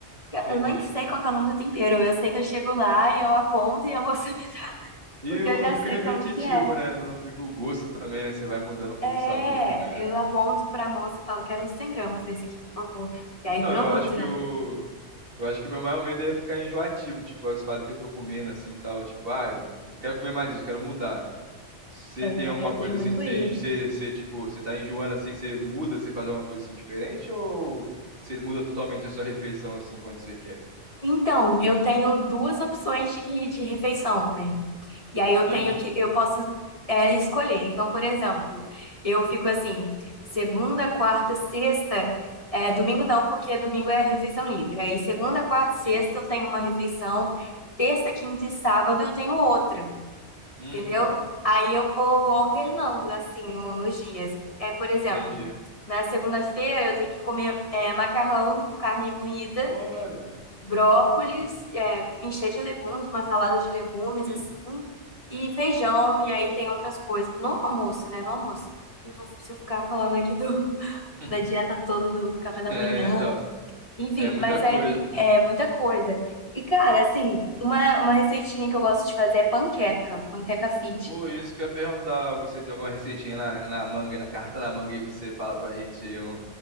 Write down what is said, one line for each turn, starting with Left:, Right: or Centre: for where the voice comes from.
Left: Eu
Right: entendi.
Left: eu nem sei qual que é o nome do tempero. Eu sei que eu chego lá e eu aponto e a moça. <laughs> me-
Right: E
Left: Porque
Right: o-
Left: eu
Right: não
Left: já
Right: fica
Left: sei
Right: repetitivo,
Left: como que é.
Right: né? Não fica o gosto também, né? Você vai mudando um pouco
Left: É,
Right: o sabor também, né?
Left: eu aponto pra moça e falo, quero uns 100 gramas desse aqui, por favor. E
Right: Então,
Left: aí dura
Right: eu
Left: muito,
Right: acho que
Left: né?
Right: eu, eu acho que o meu maior medo é ficar enjoativo, tipo, as paradas que eu tô comendo assim e tal, tipo, ah, eu não quero comer mais isso, quero mudar. Você
Left: É,
Right: tem alguma
Left: tem
Right: coisa
Left: muito
Right: assim que você,
Left: isso.
Right: enjo- você, você, tipo, você tá enjoando assim, você muda, você faz alguma coisa assim diferente ou você muda totalmente a sua refeição assim quando você quer?
Left: Então, eu tenho duas opções de, de refeição, né? E aí eu
Right: Uhum,
Left: tenho que, eu posso é, escolher. Então, por exemplo, eu fico assim, segunda, quarta, sexta, é, domingo não, porque domingo é refeição livre. Aí segunda, quarta,
Right: Sim,
Left: sexta eu tenho uma refeição, terça, quinta e sábado eu tenho outra,
Right: uhum,
Left: entendeu? Aí eu vou, vou alternando assim no- nos dias. E aí, por exemplo,
Right: entendi.
Left: na segunda-feira eu tenho que comer é, macarrão com carne moída
Right: Olha,
Left: brócolis,
Right: uhum,
Left: é, encher de legumes, uma salada de legumes,
Right: sim.
Left: assim, e feijão, e aí tem outras coisas. No almoço, né? No almoço. Se eu for- se eu ficar falando aqui do, <laughs>
Right: <laughs>
Left: da dieta toda, do, do café da
Right: é,
Left: manhã,
Right: então,
Left: enfim,
Right: é muita
Left: mas
Right: coisa.
Left: aí é muita coisa. E, cara, assim, uma, uma receitinha que eu gosto de fazer é panqueca, panqueca fit.
Right: Pô, isso que eu ia perguntar, Augusto, você tem alguma receitinha na, na manga, na carta na manga aí pra você falar pra gente aí, um,